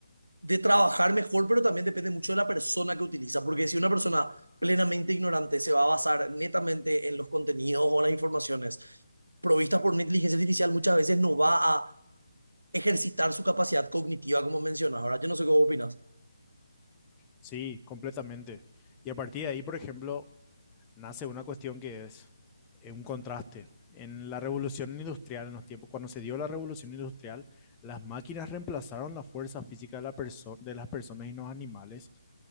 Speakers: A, on the right; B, on the left.
A: de trabajar mejor, pero también depende mucho de la persona que utiliza, porque si una persona plenamente ignorante se va a basar netamente en los contenidos o las informaciones provistas por una inteligencia artificial, muchas veces no va a ejercitar su capacidad cognitiva, como mencionas. Ahora, yo no sé qué opinas.
B: Sí, completamente. Y a partir de ahí, por ejemplo, nace una cuestión que es eh, un contraste. En la revolución industrial, en los tiempos, cuando se dio la revolución industrial, las máquinas reemplazaron la fuerza física de, la perso- de las personas y los animales,